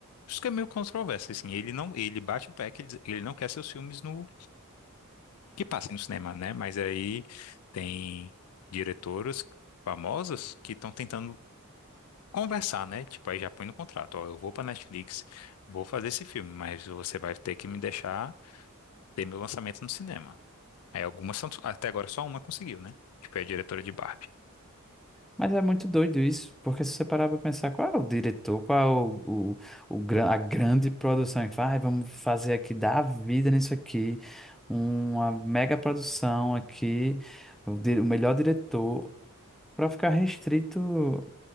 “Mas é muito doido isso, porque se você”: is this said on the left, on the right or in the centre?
Centre